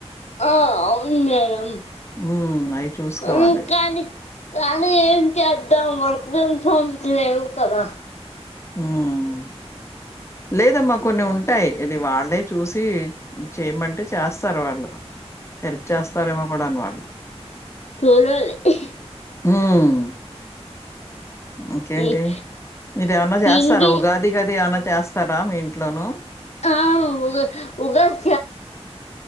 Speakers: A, on the left; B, on the left.
A: ఆ అవును మేడం
B: హ్మ్. అయి చూసుకోవాలి.
A: ఉ కానీ కానీ ఏం చేద్దాం వర్క్ ఫ్రమ్ హోమ్స్ లేవు కదా.
B: మ్ లేదమ్మా కొన్ని ఉంటాయి. ఇది వాళ్ళే చూసి చేయమంటే చేస్తారు వాళ్ళు హెల్ప్ చేస్తారేమో కూడా అన్ వాల్
A: చూడాలీ ఇహి
B: హ్మ్ ఇంకేంటి
A: ఇ-
B: మీర ఏమన్నా చేస్తరా
A: ఇంకే
B: ఉగాది గద ఏమన్న చేస్తార మీ ఇంట్లోను
A: ఆ ఉగా ఉగాది